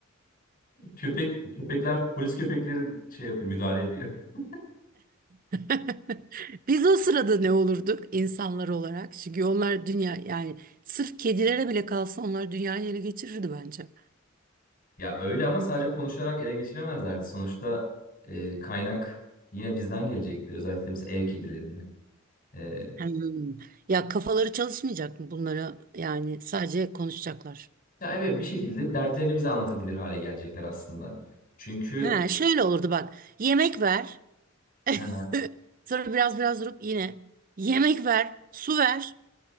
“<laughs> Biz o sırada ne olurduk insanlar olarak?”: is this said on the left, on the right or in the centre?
Right